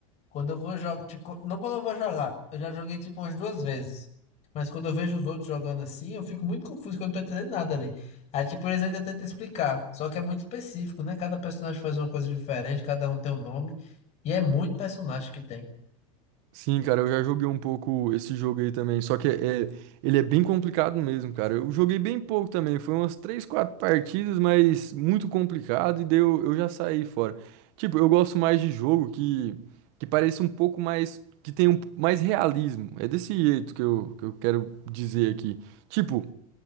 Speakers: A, on the left (about 40°); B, on the right (about 60°).
A: Quando eu vou jogar, tipo, não quando eu vou jogar, eu já joguei tipo umas duas vezes. Mas quando eu vejo os outros jogando assim, eu fico muito confuso, que eu não tô entendendo nada ali. Aí, tipo, eles ainda tentam explicar, só que é muito específico, né? Cada personagem faz uma coisa diferente, cada um tem um nome, e é muito personagem que tem.
B: Sim, cara, eu já joguei um pouco esse jogo aí também. Só que é, é- ele é bem complicado mesmo, cara. Eu joguei bem pouco também. Foi umas três, quatro partidas, mas muito complicado. E daí eu, eu já saí fora. Tipo, eu gosto mais de jogo que, que pareça um pouco mais. Que tenha um, mais realismo. É desse jeito que eu, que eu quero dizer aqui. Tipo.